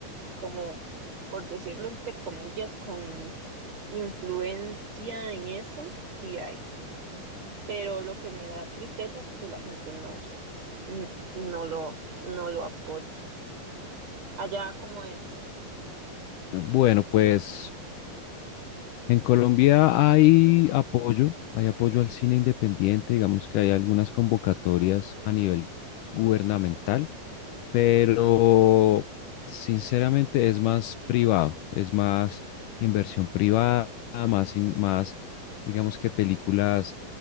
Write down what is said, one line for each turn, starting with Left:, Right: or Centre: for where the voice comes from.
Right: como, por decirlo entre comillas, con influencia en eso, sí hay. Pero lo que me da tristeza es que la gente no, n- no lo, no lo apoye. Allá como es.
Left: Bueno, pues en Colombia hay apoyo, hay apoyo al cine independiente, digamos que hay algunas convocatorias a nivel gubernamental, pero sinceramente es más privado, es más inversión privada, más, in- más digamos que películas